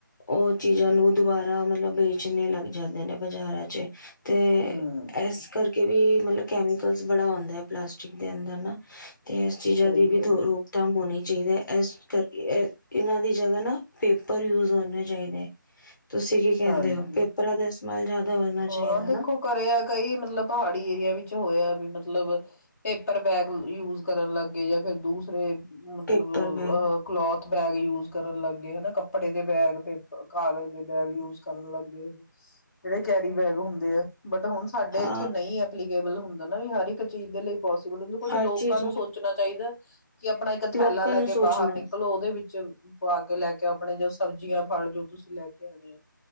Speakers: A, on the left; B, on the left.
A: ਉਹ ਚੀਜ਼ਾਂ ਨੂੰ ਦੁਬਾਰਾ ਮਤਲਬ ਵੇਚਣੇ ਲੱਗ ਜਾਂਦੇ ਨੇ ਬਾਜ਼ਾਰਾਂ ਚ ਅਤੇ
B: ਹੂੰ,
A: ਇਸ ਕਰਕੇ ਵੀ ਮਤਲਬ ਕੈਮੀਕਲਸ ਬੜਾ ਆਉਂਦਾ ਹੈ ਪਲਾਸਟਿਕ ਦੇ ਅੰਦਰ ਨਾ ਤੇ ਇਸ ਚੀਜ਼ਾਂ
B: ਸਹੀ
A: ਦੀ ਵੀ
B: ਗੱਲ
A: ਰੋਕਥਾਮ
B: ਹੈ,
A: ਹੋਣੀ ਚਾਹੀਦੀ ਹੈ ਇਸ ਕਰ ਇਹਨਾਂ ਦੀ ਜਗਾ ਨਾ ਪੇਪਰ ਯੂਜ ਹੋਣੇ ਚਾਹੀਦੇ ਹੈ ਤੁਸੀਂ ਕੀ ਕਹਿੰਦੇ
B: ਹਾਂਜੀ।
A: ਹੋ ਪੇਪਰਾਂ ਦਾ ਇਸਤੇਮਾਲ ਜ਼ਿਆਦਾ ਹੋਨਾ ਚਾਹੀਦਾ
B: ਹਾਂ ਦੇਖੋ
A: ਨਾ
B: ਕਰਿਆ ਕਈ ਮਤਲਬ ਪਹਾੜੀ ਏਰੀਆ ਵਿੱਚ ਹੋਇਆ ਵੀ ਮਤਲਬ ਪੇਪਰ ਬੈਗ ਯੂਜ ਕਰਨ ਲੱਗੇ ਜਾਂ ਫਿਰ ਦੂਸਰੇ ਮਤਲਬ
A: ਪੇਪਰ ਬੈਗ
B: ਅ ਕਲੋਥ ਬੈਗ ਯੂਜ ਕਰਨ ਲੱਗੇ ਹਨਾ ਕੱਪੜੇ ਦੇ ਬੈਗ ਪੇਪਰ ਕਾਗਜ਼ ਦੇ ਬੈਗ ਯੂਜ ਕੁ ਕਰਨ ਲੱਗ ਗਏ ਹੋ ਜਿਹੜੇ ਕੈਰੀ ਬੈਗ ਹੁੰਦੇ ਆ ਬਟ ਹੁਣ ਸਾਡੇ
A: ਹਾਂ
B: ਇੱਥੇ ਨਹੀਂ ਐਪਲੀਕੇਬਲ ਹੁੰਦਾ ਨਾ ਵੀ ਹਰ ਇੱਕ ਚੀਜ਼ ਦੇ ਲਈ ਬਹੁ ਕੁਛ
A: ਹਰ
B: ਲੋਕਾਂ
A: ਚੀਜ਼
B: ਨੂੰ ਸੋਚਣਾ ਚਾਹੀਦਾ ਕਿ ਆਪਣਾ ਇੱਕ ਥੈਲਾ
A: ਲੋਕਾਂ
B: ਲੈ
A: ਨੂੰ
B: ਕੇ
A: ਸੋਚਣਾ
B: ਬਾਹਰ ਨਿਕਲੋ ਉਹਦੇ ਵਿੱਚ ਅੱਛਾ ਲੈ ਕੇ ਆਪਣੇ ਜੋ ਸਬਜ਼ੀਆਂ ਫਲ ਜੋ ਤੁਸੀਂ ਲੈ ਕੇ ਆਉਣੇ ਆ